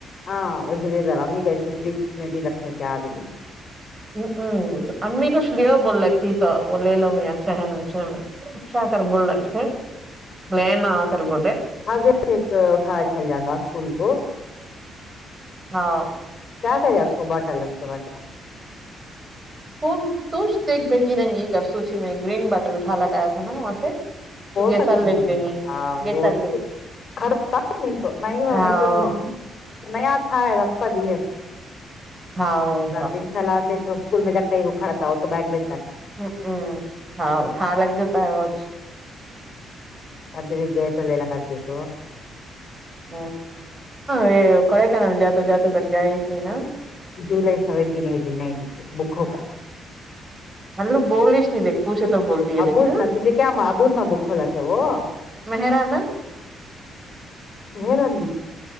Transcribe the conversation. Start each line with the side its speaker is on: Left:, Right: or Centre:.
Left: ہاں ویسے دے امی کا فریج میں بھی رکھ کیا بھی
Right: ہ امی کچھ لو بول رکھ چی سو وہ لے لو امی اچھا ہے نا اچھا اچھا آ کر بول رکھے لے نا آ کر بولے
Left: ہضر ا کھاڑا چل جان رہا اسکول کو
Right: ہاں
Left: کیا کرے اس کو باٹل اس کے باٹل
Right: کون توچ دیکھ بھیجی رہیں گی کر سوچی میں گرین بٹر اٹھا لک آیا تھا نا وہاں سے تو گیسر
Left: سا
Right: لکھ دینی
Left: وہ
Right: گیسر
Left: تو
Right: لکھ
Left: کڑتا نہیں تو نہیں
Right: ہاں
Left: میں تو د نیا تھا ہے رپہ دے سر
Right: ہاں ہاں
Left: دن چلان دے چھ اسکول میں جب کہیں وہ کھڑا ہو تو بیگ میں
Right: ہ ہ ہاں کاں لگ جتا ہےج
Left: بد بیگ گ آت اللہ کگتییک
Right: ہ ہ کوڑ کانل جات جاتات کرھر جائے نہیں نا
Left: جول سیینٹین ایٹی نن بک ہوگا
Right: ہلو بولس نہیں دیکھ پوچھے تب بولتی ہے
Left: ابوت
Right: دیکھ
Left: نا تجھے کیا ابوت نا بک ہولاک وہ
Right: مہرانا
Left: ہیرا